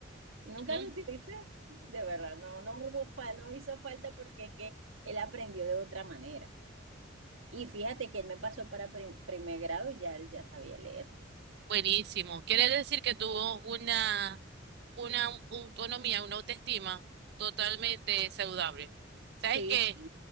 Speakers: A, on the right; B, on the right.
A: nunca
B: Ujú,
A: lo utilicé, de verdad, no, no hubo fa- no hizo falta porque es que él aprendió de otra manera. Y fíjate que él me pasó para prim- primer grado y ya él ya sabía leer.
B: Buenísimo. Quiere decir que tuvo una, una autonomía, una autoestima totalmente saludable. ¿Sabes
A: Sí,
B: que
A: sí.